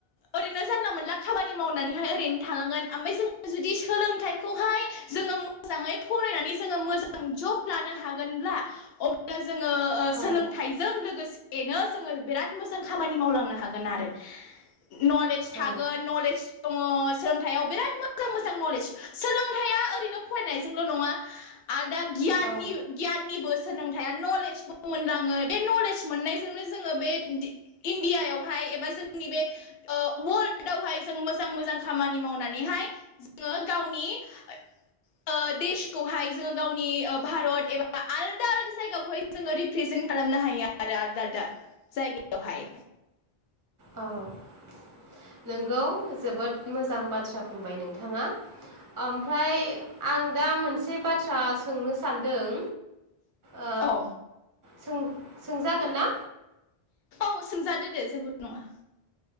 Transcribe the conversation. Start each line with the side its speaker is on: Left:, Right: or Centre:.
Left: ओरैनो जानला मोनला खामानि मावनानैहाय ओरैनो थानांगोन ओमफ्राय जों जुदि सोलोंथाइखौहाय जोङो मोजाङै फरायनानै जोङो मोजां जब लानो हागोनब्ला अब्ला जोङो ओ
Right: औ
Left: सोलोंथाइ जों लोगोसेनो जोङो बिराद मोजां खामानि मावलांनो हागोन आरो मलेन सथागोन
Right: औ
Left: नलेज दङ सोलोंथाइयाव बिराद मोजां मोजां नलेज सोलोंथाइया ओरैनो फरायनायजों नङा आरो दा गियाननि
Right: औ
Left: गियाननिबो सोलोंथाया नलेजबो मोनलाङो बे नलेज मोननायजोंनो जोङो बे दि इण्डियाायावहाय एबा जोंनि बे ओ वर्ल्डआवहाय जों मोजां मोजां खामानि मावनानैहाय जोङो गावनि ओ देशखौहाय जोङो गावनि भारत एबा आलदा आल जायगाखौहाय जोङो रिप्रेजेन्ट खालामनो हायो आरो आलदा आलदा जायगायावहाय
Right: औ नोंगौ जोबोद मोजां बाथ्रा बुंबाय नोंथाङा ओमफ्राय आं दा मोनसे बाथ्रा सोंनो सानदों ओ
Left: औ
Right: सों सोंजागोन ना?
Left: औ सोंजादो दे जेबो नङा